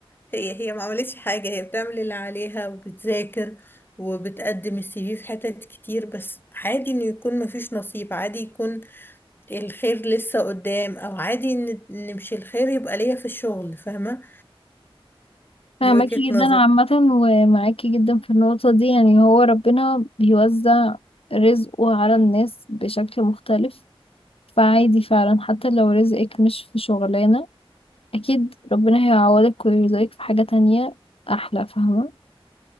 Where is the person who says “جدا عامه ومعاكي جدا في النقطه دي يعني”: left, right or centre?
Left